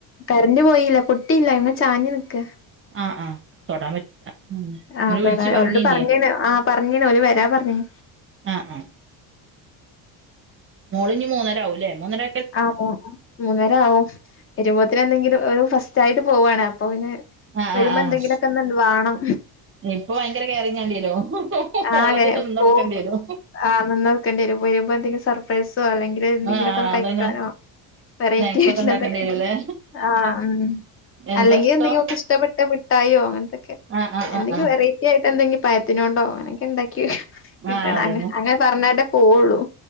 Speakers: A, on the left; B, on the right.
A: കറണ്ട്പോയില്ല പൊട്ടില്ല അയ്മെ ചാഞ്ഞ് നിക്ക.
B: ആഹ് ആഹ് തൊടാൻ പറ്റൂല ഉം
A: ആഹ്
B: നിങ്ങള്
A: തൊട
B: വിളിച്ചു പറഞ്ഞില്ലേ
A: ഒരോട് പറഞ്ഞീണ് ആഹ് ഓല് വര പറഞീന് ഓല് വരാ പർ ഉം
B: ആഹ്, ആഹ് മോളിഞ്ഞ് മൂന്നര ആവുലെ മൂന്നര
A: ആഹ് മൂ മൂന്നര ആവും വരുമ്പോത്തിന് എന്തെങ്കിലും ഒരു ഫസ്റ്റായിട്ട് പോവാണ് അപ്പൊ പിന്നെ
B: ആഹ്
A: വരുമ്പൊ
B: ആഹ് ആഹ്
A: എന്തെങ്കിലൊക്കൊന്ന് വാണം.
B: ഇപ്പൊ ഭയങ്കര കേറിങ്ങേണ്ടിരോ
A: ആകെ
B: ഓളതിന് നിന്നൊട്ക്കണ്ടിരൊ
A: പോവും ആഹ് നിന്നൊട്ക്കണ്ടിരും വരുമ്പൊ എന്തെങ്കിലും സർപ്രൈസ് വേണങ്കില് എന്തെങ്കിലൊക്ക
B: ആഹ് ആഹ്
A: ഒന്ന് കഴിക്കാനൊ
B: അതന്നെ
A: വെറൈറ്റി
B: സ്നാക്സ്
A: ആയിട്ട്ള്ള
B: ഒക്കെ ഉണ്ടാക്കേണ്ടി
A: എന്തൊക്കെ
B: വരൂല്ലേ
A: ആഹ് ഉം
B: എന്താ
A: അല്ലെങ്കി
B: ഇഷ്ടം
A: എന്തെങ്കി ഓക്ക് ഇഷ്ടപ്പെട്ട മിഠായൊ അങ്ങൻത്തെക്കെ
B: ആഹ് ആഹ്
A: എന്തെങ്കിലും
B: ആഹ് ആഹ്
A: വെറൈ കായിട്ട് എന്തെങി പയത്തിനോണ്ടൊ അങ്ങനൊക്കെ ഇണ്ടാക്കി കിട്ടണം
B: ആഹ് അതന്നെ
A: അ അങ്ങനെ പറഞ്ഞാലെ പോവൊള്ളു